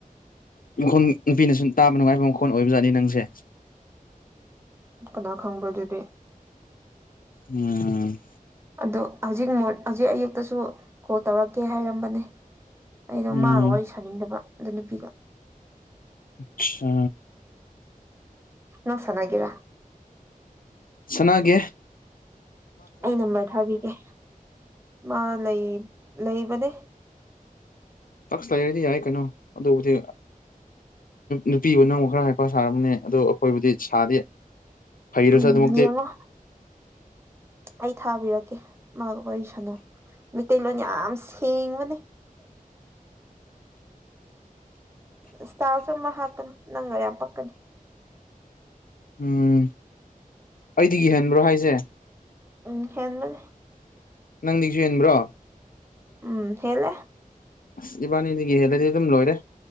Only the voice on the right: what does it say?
ꯀꯅꯥ ꯈꯪꯕ꯭ꯔ ꯑꯗꯨꯗꯤ
ꯑꯗ ꯍꯧꯖꯤꯛ ꯃ ꯍꯧꯖꯤꯛ ꯑꯌꯨꯛꯇꯁꯨ ꯀꯣꯜ ꯇꯧꯔꯛꯀꯦ ꯍꯥꯏꯔꯝꯕꯅꯦ ꯑꯩꯅꯣ
ꯃꯥꯒ ꯋꯥꯔꯤ ꯁꯥꯅꯤꯡꯗꯕ ꯑꯗ ꯅꯨꯄꯤꯒ
ꯅ ꯆꯅꯒꯔꯥ
ꯑꯩ ꯅꯝꯕꯔ ꯊꯥꯕꯤꯒꯦ ꯃꯥ ꯂꯩ ꯂꯩꯕꯅꯦ
ꯎꯝ
ꯌꯦꯡꯉꯣ ꯑꯩ ꯊꯥꯕꯤꯔꯛꯀꯦ ꯑꯣꯏꯁꯅꯨ ꯃꯩꯇꯩꯂꯣꯟ ꯌꯥꯝ ꯁꯦꯡꯕꯅꯦ
ꯌꯥꯝꯥ ꯁꯃ ꯍꯥꯇꯝ ꯅꯪꯉ ꯌꯥꯝ ꯄꯀꯅꯤ
ꯎꯝ ꯍ ꯃꯅꯦ
ꯎꯝ ꯍꯦꯂꯦ